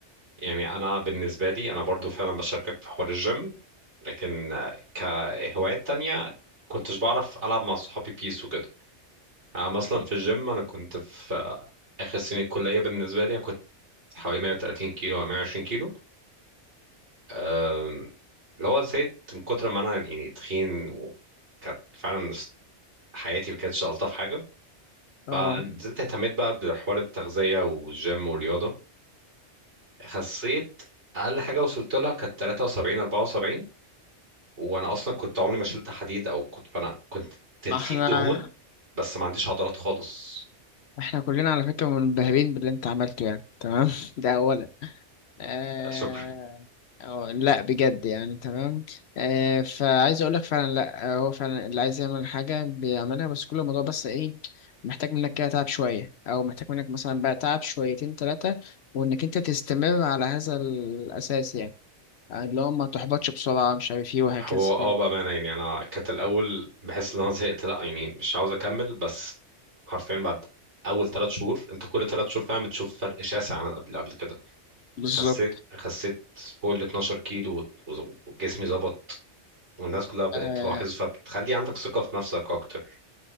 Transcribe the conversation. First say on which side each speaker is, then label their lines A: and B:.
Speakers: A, on the right; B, on the left.
A: يعني انا بالنسبه لي انا برضو فعلا بشاركك في حوار الجيم لكن آه، كهوايات تانية كنتش بعرف العب مع صحابي بيس وكده انا مثلا في الجيم انا كنت في آه، اخر سنه الكليه بالنسبه لي انا كنت حوالي 130 كيلو او 120 كيلو آم، اللي هو زهقت من كتر ما انا يعني تخين وكانت فعلا حياتي ما كانتش الطف حاجه
B: اه
A: فنزلت اهتميت بقى بحوار التغذيه والجيم والرياضه خسيت اقل حاجه وصلت لها كانت 73 74 وانا اصلا كنت عمري ما شلت حديد او كنت فانا كنت
B: ما
A: تخين
B: احنا
A: دهون بس ما عنديش عضلات خالص
B: احنا كلنا على فكرة منبهرين باللي انت عملته يعني تمام <laughs> ده أولا آه...
A: شكرا
B: أو لا بجد يعني تمام آه فعايز اقول لك فعلا لا آه، هو فعلا اللي عايز يعمل حاجه بيعملها بس كل الموضوع بس ايه محتاج منك كده تعب شويه او محتاج منك مثلا بقى تعب شويتين ثلاثه وانك انت تستمر على هذا الاساس يعني آه، اللي هو ما تحبطش بسرعه مش عارف ايه وهكذا
A: هو اه
B: يعني
A: بامانه يعني انا كانت الاول بحس ان انا زهقت لا يعني مش عاوز اكمل بس حرفيا بعد اول ثلاث شهور انت كل ثلاث شهور فعلا بتشوف فرق شاسع عن قبل قبل كده
B: بالظبط
A: خسيت خسيت فوق ال 12 كيلو وت- وجسمي ظبط والناس كلها بقت
B: آه
A: تلاحظ فبتخلي عندك ثقه في نفسك اكتر